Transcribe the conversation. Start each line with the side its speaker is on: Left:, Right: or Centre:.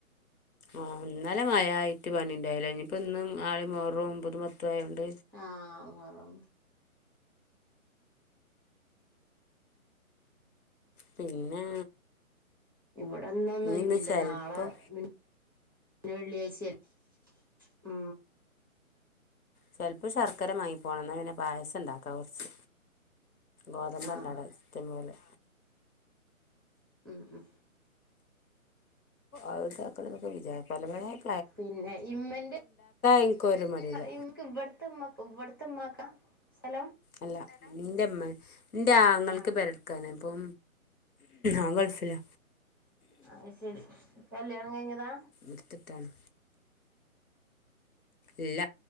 Left: ആഹ ഒന്നാല മഴ ആട്ട് പണി ഉണ്ടല്ല ഇനിപ്പ ഇന്നും ആള മോറ പുതുമ മത്ത ആയൊണ്ട്
Right: ആഹറം
Left: പിന്നെ
Right: ഇവിടെന്ന ഒന്നും
Left: ഇനി
Right: ഒയിവില്ല
Left: ഇന്ന് ചിലപ്പം
Right: നാളെ പി പിന്ന വെള്ളിയാഴ്ചയല്ല ആ
Left: ചെലപ്പോൾ ശർക്കര വാങ്ങി പോണംന്നാ പിന്നെ പായസം ഉണ്ടാക്കാം കുറച്ച് ഗോതമ്പണ്ടാട
Right: ആഹ്
Left: തമ്മല്
Right: ഉ ഉ
Left: അവടുടെക്കൊ വിചാരിക്കും പലവേ <unintelligible>
Right: പിന്നെ ഇമ്മന്റെ
Left: എനിക്കൊരു മടിയില്ല
Right: ഇൻക് ഇവിടെ ഇമ്മക്ക് ഇവിട് ഇവിടെത്തെ ഇമ്മാക്കാ സ്ഥലം
Left: അല്ല ഇന്റെമ്മ ഇന്റെ ആങ്ങൾക്ക്
Right: ആഹ്
Left: പേരട്ക്കാന് അപ്പം ഓൻ ഗൾഫില്
Right: അയ് ശരി കല്യാണം കഴിഞ്ഞതാ
Left: എടുത്തിട്ടാണ് ഇല്ല